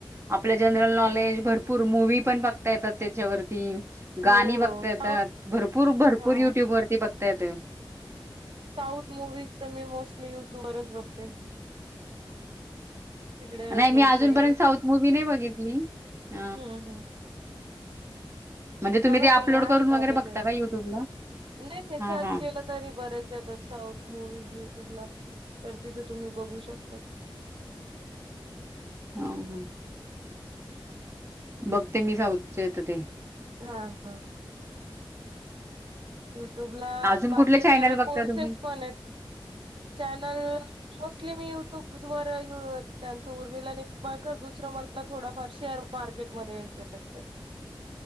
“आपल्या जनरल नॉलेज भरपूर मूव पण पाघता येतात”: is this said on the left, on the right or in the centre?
Right